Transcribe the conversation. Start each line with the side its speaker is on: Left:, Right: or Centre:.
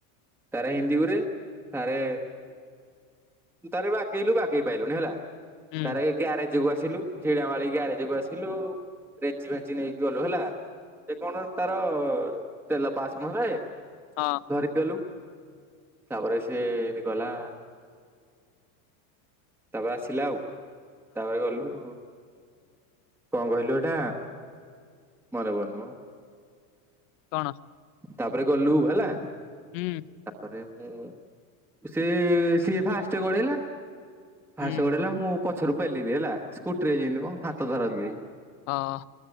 Centre: ତାରେ ଇଁତି ଗୁରେ ତାରେ। ତାରେ ବାଗେଇଲୁ ବାଗେଇ ପାଇଲୁନି ହେଲା
Left: ହୁଁ
Centre: ତାରେ ଗ୍ୟାରେଜ କୁ ଆସିଲୁ। ଝିଡା ମାଳି ଗ୍ୟାରେଜ କୁ ଆସିଲୁ ରେଞ୍ଚି ଫେଞ୍ଚି ନେଇକି ଗଲୁ ହେଲା। ଏ କଣ ଗୋଟେ ତାର ତେଲ ପାସ କଣ ଥାଏ।
Left: ହଁ।
Centre: ଦେଲୁ ତାପରେ ସିଏ ଏଁତି ଗଲା। ତାପରେ ଆସିଲା ଆଉ ତାପରେ ଗଲୁ। କଣ କହିଲୁ ହେଇଟା ମନେ ପଡୁନି ମ।
Left: କଣ।
Centre: ତାପରେ ଗଲୁ ହେଲା।
Left: ହୁଁ।
Centre: ତାପରେ ମୁଁ ସେ ସିଏ ଫାଷ୍ଟ ଗଢେଇଲା। ଫାଷ୍ଟ
Left: ହୁଁ
Centre: ଗଡେଇଲା ମୁଁ ପଛରୁ ପେଲିିଲି ହେଲା ସ୍କୁଟିରେ ଯିଁତି ମ ହାତ ଧରା ଧରି ହେଇ।
Left: ହଁ।